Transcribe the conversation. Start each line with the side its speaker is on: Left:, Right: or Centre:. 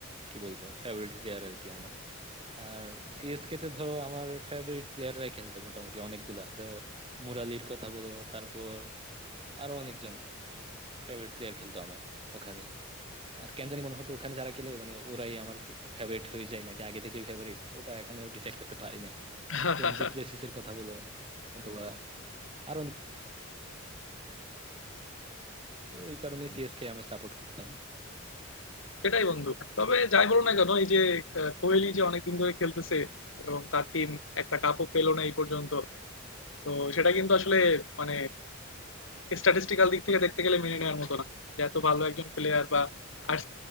Right: কি বলবো ফেভারিট প্লেয়ার আর কি আমার আর সিএসকে তে ধরো আমার ফেভারিট প্লেয়াররাই খেলতো মোটামুটি অনেকগুলা ধরো মুরালির কথা বলো তারপর আরো অনেকজন ফেভারিট প্লেয়ার খেলতো আমার ওখানে আর কেন জানি মনে হতো ওখানে যারা খেলে মানে ওরাই আমার ফেভারিট হয়ে যায় নাকি আগে থেকে ফেভারিট ওটা এখনো ডিসাইড করতে পারি নাই
Left: <laughs>
Right: যেমন ডুপ্লেসিস এর কথা বলো অথবা আরো অনেক- ওই কারণে সিএসকে আমি সাপোর্ট করতাম
Left: সেটাই বন্ধু তবে যাই বলো না কেন এই যে আহ, কোহলি যে অনেকদিন ধরে খেলতেছে এবং তার টিম একটা কাপও পেলো না এই পর্যন্ত তো সেটা কিন্তু আসলে মানে স্ট্যাটিস্টিক্যাল দিক থেকে দেখতে গেলে মেনে নেওয়ার মতো না যে এত ভালো একজন প্লেয়ার বা আর